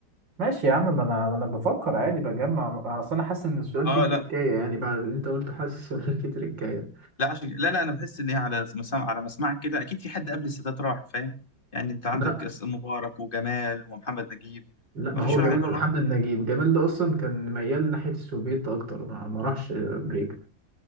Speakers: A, on the right; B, on the left.
A: ماشي يا عم ما انا ما انا بفكر عادي بجمع اصل انا حاسس ان السؤال
B: اه
A: فيه تريكايه
B: لا
A: يعني بعد اللي انت قلته حاسس السؤال فيه تريكايه
B: لا عشان لا لا انا بحس ان هي على مسام على مسمعك كده اكيد في حد قبل السادات راح فاهم يعني انت عندك
A: لا
B: أس- مبارك وجمال ومحمد نجيب
A: لا ما
B: ما فيش
A: هو
B: ولا
A: جمال
B: حد منهم
A: ومحمد
B: راح
A: نجيب جمال ده اصلا كان ميال ناحيه السوفيت اكتر ما ما راحش امريكا